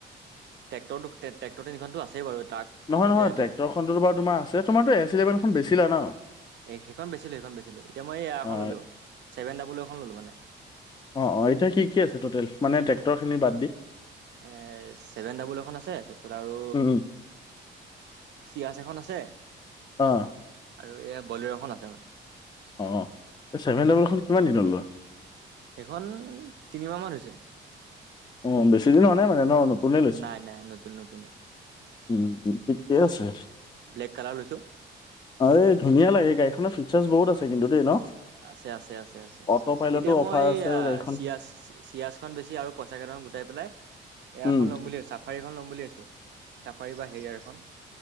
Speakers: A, on the right; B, on the left.
A: ট্ৰক্টৰ ট্ৰে্টৰ দিনাখনতো আছে বাৰু ট্ৰাকখন
B: নহয়
A: এতিয়া
B: নহয় ট্ৰেক্টৰখননো বাৰ তোমাৰ আছে তোমাৰো এছভেনখন বেছি লা ন
A: এই সেইখন বেচিলোঁ সেইখন বেচিলোঁ এতিয়া মই এই এ এখন
B: অ'
A: ল'লোঁ ছেভেন ডাবুল এখন ল'লোঁ মানে।
B: অ' অ' এতিয়া কি কি আছে টটেল মানে ট্ৰেক্টৰ খিনি বাদ দি
A: এ চছেভেন ডাবল এখন আছে তাৰপিছত আৰু
B: উম।
A: চিয়াছ এখন আছে।
B: অ'
A: আৰু এয়া বলৰখন আছে মান।
B: অ' এই চেভেন ডভলখন কিমান দিন লয়।
A: সেইখন তিনিমাহ মান হৈছে।
B: উম বেছি দিন হোৱা নাই মানে ন নতুনে লৈছে।
A: নাই নাই নতুন নতুনে
B: উম ঠিকিকেই আছে।
A: ব্লেক কালাৰ লৈছো
B: অ' এই ধুনীয়া লাগে, গাড়ীখনৰ ফিচাৰছ বহুত আছে। কিন্তু, দে ন।
A: আছে, আছে, আছে, আছে।
B: অট' পাইলতো
A: এতিয়া,
B: অফাৰ
A: মই
B: আছে আৰু গাড়ীখন।
A: চিয়াজ চিয়িয়াজ খন বেছি আৰু পইচা কেইটামান গোটাই পেলাই এয়া
B: উম
A: এখন ল'ম বুলি চা। চফাৰীখন ল'ম বুলি আছোঁ। চাফাৰী বা হেৰিয়াৰখন।